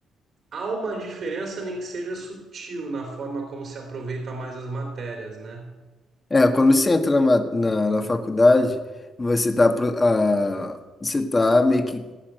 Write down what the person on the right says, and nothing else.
há uma diferença, nem que seja sutil, na forma como se aproveita mais as matérias, né?